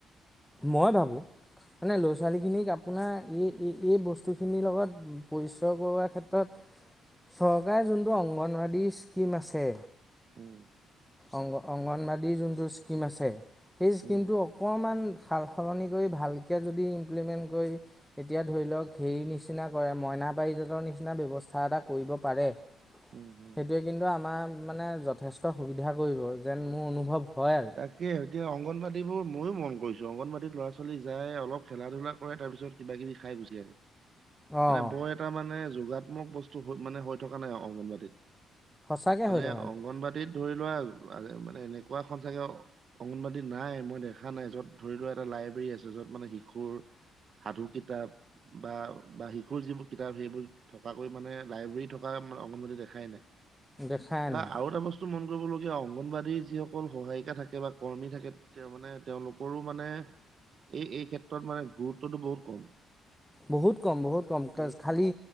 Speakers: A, in the centre; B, on the right.
A: মই ভাবোঁ মানে ল'ৰা ছোৱালীখিনিক আপোনাৰ এই এই- এই বস্তুখিনিৰ লগত পৰিচয় কৰোৱাৰ ক্ষেত্ৰত চৰকাৰে যোনটো অংগনবডাদী স্কিম আছে।
B: উম',
A: অংগ - অংগনবাদী যোনটো স্কীম আছে। সেই স্কীমটো
B: উম,
A: অকণমান। সাল সলনি কৰি ভালকৈ যদি ইমপ্লিমেণ্ট কৰি এতিয়া ধৰি লওক হেৰি নিচিনা কৰে মইনা পাৰিজাতৰ নিচিনা ব্যৱস্থা এটা কৰিব পাৰে।
B: উম, উম।
A: সেইটোৱে কিন্তু আমাৰ। মানে যথেষ্ট সুবিধা কৰিব যেন মোৰ অনুভৱ হয় আৰু
B: তাকে এতিয়া অংগনবাদী বোৰ ময়ো মন কৰিছো অংগনবাদীত ল'ৰা ছোৱালী যায় অলপ খেলা ধূলা কৰে তাৰপিছত কিবা কিবি খাই গুচি আহে।
A: অঁ
B: মানে বৰ এটা মানে যোগাত্মক বস্তু মানে হৈ থকা নাই অংগনবাদীতো।
A: সঁচাকৈ
B: মানে
A: হৈ থকা নাই
B: অংগনবদীত ধৰি লোৱা মানে এনেকুৱা এখন চাগে অংগনবাদী নাই মই দেখা নাই য'ত ধৰি লোৱা এটা লাইব্ৰেৰী আছে য'ত মানে শিশুৰ সাধু কিতাপ বা বা শিশুৰ যিবোৰ কিতাপ সেইবোৰ থকাকৈ মানে লাইব্ৰেৰী থকা মানে অংগবাদী দেখাই নাই।
A: দেখায়েনাই
B: বা আৰু এটা বস্তু মন কৰিবলগীয়া অংগনবাদীয়ে <unintelligible> অকল সহায়িকা থাকে বা কৰ্মী থাকে তেওঁ মানে তেওঁলোকৰো মানে এই এই ক্ষেত্ৰত মানে গুৰুত্বটো বহুত কম।
A: বহুত কম বহুত কম
B: বহুত
A: খালী
B: কম